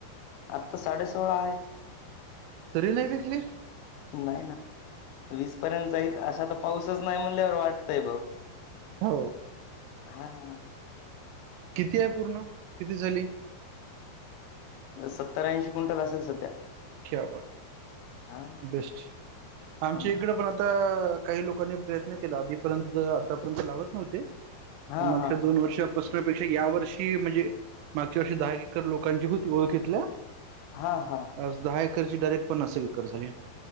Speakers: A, on the left; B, on the right.
A: आता साडे सोळा आहे.
B: तरी नाही विकली.
A: नाही आहे ना. वीस पर्यंत जाईल असा तर पाऊसच नाही म्हणल्यावर वाटतय भाऊ
B: हो.
A: हा.
B: किती आहे पूर्ण किती झाली.
A: सत्तर्याऐंशी कुंटल असेल सध्या.
B: ख्या
A: हा
B: बेस्ट आमच्या
A: हो ना
B: इकड पण आता आता काही लोकांनी प्रयत्न केला आधीपर्यंत तर आतापर्यंत लावत नव्हते.
A: हा
B: पण माग
A: हा
B: दोन वर्ष ेक्षा या वर्षी म्हणजे मागच्या वर्षी दहा एकर लोकांची होती ओळखेतल्या
A: हा हा.
B: आज दहा एकरची डायरेट प्नास एकर झाली.